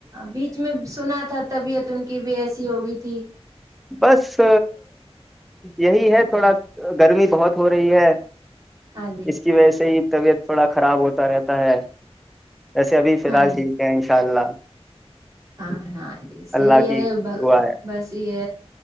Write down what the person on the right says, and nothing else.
بیچ میں سنا تھا طبیعت ان کی بھی ایسی ہوگئی تھی
ہاں جی
ہاں
جی
ہاں ہاں جی صحی
ہے
بس یہ